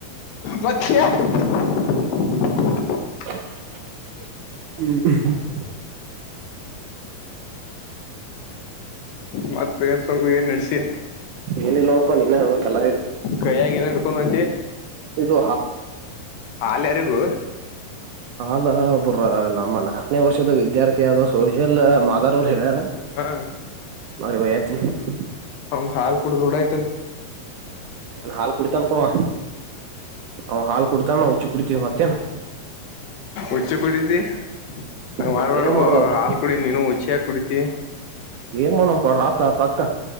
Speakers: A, on the left; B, on the right.
A: ಮತ್ತ. <unintelligible> <inaudible>
B: ಹ್ಮ್.
A: ಮತ್ತ ಏನ್ ಸಕ ಏನ್ ನಡ್ಸಿ
B: ಏನಿಲ್ಲ ನೋಡಪಾ ನೀನೇ ಹೇಳ್ಬೇಕೆಲ್ಲ
A: ಕೈಯಗ ಏನ ಹಿಡ್ಕೊಂಡ್ ಹೊಂಟಿ
B: ಇದು
A: ಹಾಲ್ ಯಾರಿಗೂ.
B: ಅಲ್ ಒಬರ ನಮ್ಮ ನಾಕನೇ ವರ್ಷದ ವಿದ್ಯಾರ್ಥಿ ಆದ ಸೊಹೇಲ್ ಮಾದಾರ್ ಅವರು ಹೇಳ.
A: ಹಾ
B: <unintelligible> ತ್ತ. <unintelligible>
A: ಹಂಗ ಹಾಲ್ ಕುಡುದ ರೂಡ ಆಯತ್.
B: ಏನ್ ಹಾಲು ಕುಡಿತಾನ ಪವ ಅವ ಹಾಲು ಕುಡಿತಾನ. ಕುಡಿತೀವಿ ಮತ್ತ್.
A: ಉಚ್ಚಿ ಕುಡಿದಿ ಹಂಗ
B: ಮತ್ತ
A: ಮಾಡ್ಬಾಡ್
B: ಏನ್ ಮಾಡುದ ಅವ್ರ
A: ಹಾಲ್ ಕುಡ ನೀನು ಹುಚ್ಚಿಕ್. ಕುಡಿತ.
B: ಏನ್ ಮೋನಮ್ ಕೊಡ್ರ ಅಕ್ಕ ಅ ಪ ಅಕ್ಕ.